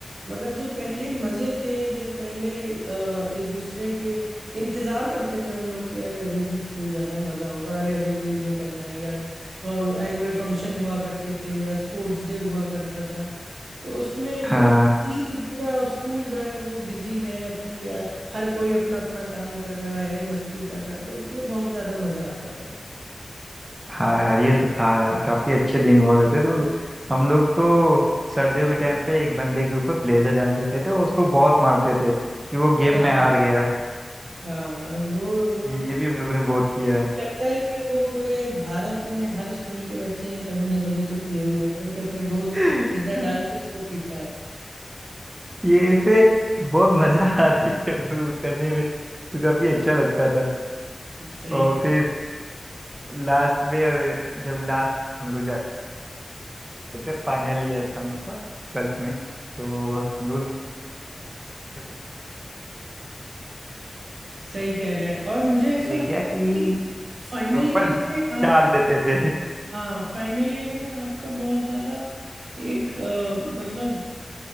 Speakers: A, on the right; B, on the right.
A: मगर जो पहले मजे थे जो पहले अ, एक दूसरे के इंतजार करते थे हम लोग कि अरे अगले दिन स्कूल जाना है मजा होगा अरे अगले दिन ये करना है या एनुअल फंक्शन हुआ करते थे या स्पोर्ट्स डे हुआ करता था तो उसमें
B: हाँ
A: बहुत ही पूरा स्कूल जो है वो बिजी है अपनी अ, हर कोई अपना अपना काम कर रहा है मस्ती कर रहा है तो उसमें बहुत ज्यादा मजा आता था
B: हाँ यार ये तो था यार काफी अच्छे दिन हुआ करते थे वो लोग हम लोग तो सर्दियों के टाइम पे एक बंदे के ऊपर ब्लेजर डाल देते थे और उसको बहुत मारते थे कि वो गेम
A: हाँ
B: में हार गया
A: हाँ, वो वो
B: ये ये भी हम लोगों ने बहुत किया है
A: लगता है कि वो पूरे भारत में हर स्कूल के बच्चे ने कभी ना कभी तो किया ही होगा कि अपने दोस्त
B: <laughs>
A: पे लेजर डाल के उसको पीटा है
B: ये इसपे बहुत मजा <laughs> आती थी हम लोगों को करने में तो काफी अच्छा लगता था
A: सही
B: और फिर लास्ट में जब लास्ट हम लोग जा थे फाइनल ईयर था हम लोग का ट्वेल्थ में तो हम लोग ने
A: सही कह रहे हैं और मुझे ऐसा
B: ये
A: लगता
B: किया कि
A: है कि फाइनल
B: ऊपर
A: ईयर में आप
B: डाल देते थे
A: हाँ फाइनल ईयर में आपका बहुत ज़्यादा एक अ, मतलब